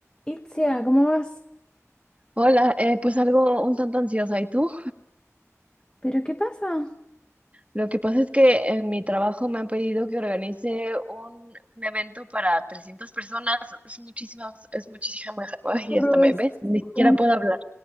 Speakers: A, on the left (about 15°); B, on the right (about 25°).
A: Itzia, ¿cómo vas?
B: Hola, eh, pues algo un tanto ansiosa. ¿Y tú?
A: ¿Pero qué pasa?
B: Lo que pasa es que en mi trabajo me han pedido que organice un, un evento para 300 personas. Es muchísimas, es muchísima, <laughs> ay,
A: Pues,
B: hasta me ves, ni siquiera
A: siempre,
B: puedo hablar.